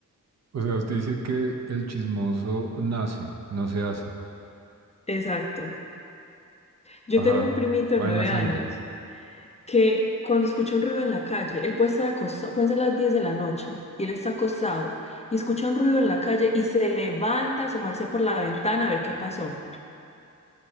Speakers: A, on the right; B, on the left.
A: O sea, usted dice que el chismoso nace, no se hace.
B: Exacto. Yo tengo
A: Ajá,
B: un primito de
A: va
B: nueve
A: en la sangre.
B: años que cuando escucha un ruido en la calle, él puede estar acostado, pueden ser las 10 de la noche y él está acostado y escucha un ruido en la calle y se levanta a asomarse por la ventana a ver qué pasó.